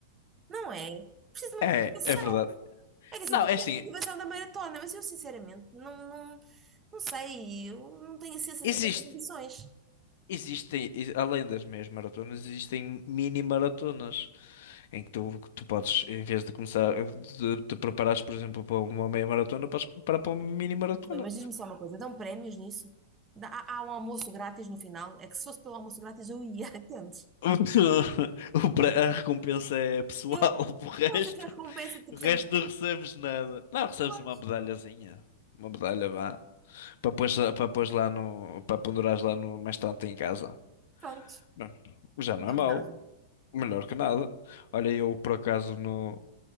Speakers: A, on the right; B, on the left.
A: não é? Preciso de
B: É,
A: uma motivação.
B: é verdade.
A: É que assim,
B: Não,
A: tu
B: é
A: tens
B: assim,
A: a motivação da maratona, mas eu sinceramente não, não, não sei, eu não tenho assim, essas
B: existe.
A: essas ambições.
B: Existem, e- além das meias maratonas, existem mini maratonas em que tu, que tu podes, em vez de começar, de te preparares, por exemplo, para uma meia maratona, podes preparar para uma mini maratona.
A: Rui, mas diz-me só uma coisa, dão prémios nisso? Dá- há, há um almoço grátis no final? É que se fosse pelo almoço grátis eu ia, <laughs> entendes?
B: <laughs> O pre- A recompensa é pessoal,
A: Eu,
B: <laughs> o resto,
A: pois é que a recompensa, tipo,
B: o resto
A: sempre,
B: não recebes nada. Não, recebes
A: pois,
B: uma medalhazinha, uma medalha, vá, para pôr, para pôr lá no, para pendurares lá no, mais tanto em casa.
A: pronto.
B: Bom, já não
A: Melhor
B: é mau,
A: que nada.
B: melhor que nada. Olha, eu por acaso no.